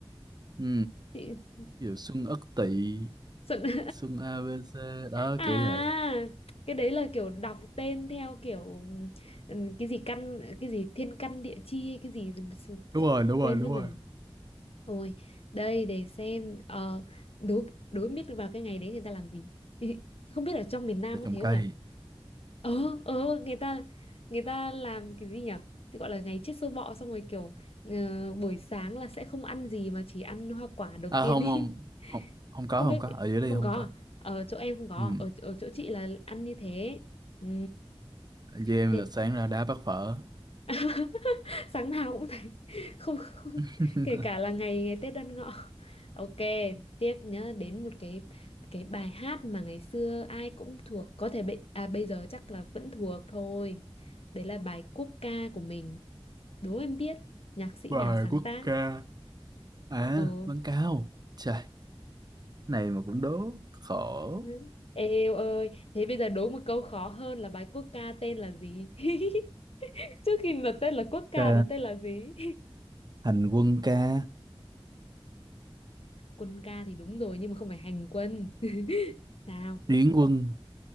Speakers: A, on the right; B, on the left.
A: ừ
B: chị
A: ví dụ xuân Ất Tỵ
B: Xuân <laughs>
A: xuân a ABC đó
B: à
A: kiểu vậy
B: cái đấy là kiểu đọc tên theo kiểu ừm, cái gì căn cái gì thiên căn địa chi hay cái gì
A: đúng
B: chị
A: rồi đúng
B: quên
A: rồi đúng
B: mất rồi
A: rồi
B: Thôi, đây để xem ờ, đố đố biết vào cái ngày đấy người ta làm gì. <laughs> Không biết ở trong miền Nam
A: để
B: có
A: trồng
B: thế
A: cây
B: không nhở Ờ, ờ, người ta người ta làm cái gì nhở Thì gọi là ngày chết sâu bọ xong rồi kiểu ờ, buổi sáng là sẽ không ăn gì mà chỉ ăn hoa quả đầu
A: à
B: tiên
A: không
B: ý.
A: không
B: <laughs>
A: không không có
B: Không
A: không
B: biết
A: có ở dưới đây
B: không
A: không
B: có
A: có
B: à? Ở chỗ em không có,
A: ừ
B: à? ở ở chỗ chị là ăn như thế. Ừ
A: với em
B: Thế
A: là sáng ra đá bát phở
B: <laughs> sáng nào cũng thấy <laughs> không, không
A: <laughs>
B: kể cả là ngày ngày Tết Đoan Ngọ ok tiếp nhớ đến một cái cái bài hát mà ngày xưa ai cũng thuộc có thể bị à bây giờ chắc là vẫn thuộc thôi đấy là bài quốc ca của mình đố em biết nhạc sĩ
A: bài
B: nào sáng
A: quốc
B: tác
A: ca À,
B: ờ
A: Văn Cao. Trời, này mà cũng đố. Khổ.
B: <laughs> Eo ơi, thế bây giờ đố một câu khó hơn là bài quốc ca tên là gì? <laughs> Trước khi nó tên là quốc ca
A: Ờ,
B: nó tên là gì?
A: hành quân ca,
B: <laughs> Quân ca thì đúng rồi nhưng mà không phải hành quân. <laughs> Nào.
A: điển quân.